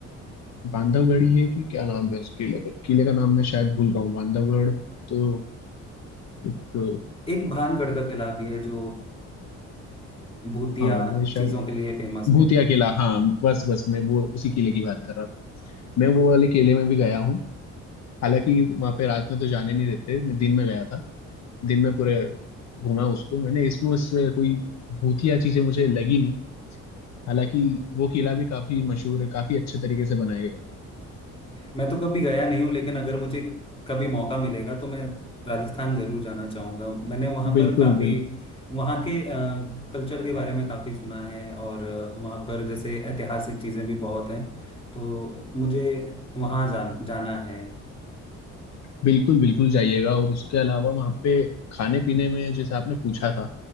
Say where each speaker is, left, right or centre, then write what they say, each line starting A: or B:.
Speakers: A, on the left (about 60°); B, on the left (about 20°).
A: बांधवगढ़ ही है कि क्या नाम है उस किले का किले का नाम मैं शायद भूल रहा हूँ बांधवगढ़ तो एक
B: एक भानगढ़ का किला भी है जो भूतिया
A: हाँ मैं शायद
B: चीजों के लिए फेमस
A: भूतिया
B: है
A: किला हाँ बस बस मैं वो उसी किले की बात कर रहा था मैं वो वाले किले में भी गया हूँ हालांकि वहां पे रात में तो जाने नहीं देते मैं दिन में गया था दिन में पूरे घूमा उसको मैंने इसमें उससे कोई भूतिया चीजें मुझे लगी नहीं हालांकि वो किला भी काफी मशहूर है काफी अच्छे तरीके से बनाया गया है।
B: मैं तो कभी गया नहीं हूँ लेकिन अगर मुझे कभी मौका मिलेगा तो मैं राजस्थान जरूर जाना चाहूँगा मैंने वहाँ
A: बिल्कुल
B: पर काफ़ी
A: बिल,
B: वहाँ के कल्चर के बारे में काफ़ी सुना है और अ, वहाँ पर जैसे ऐतिहासिक चीज़ें भी बहुत हैं तो मुझे वहाँ जा, जाना है
A: बिल्कुल बिल्कुल जाइएगा और उसके अलावा वहाँ पे खाने पीने में जैसे आपने पूछा था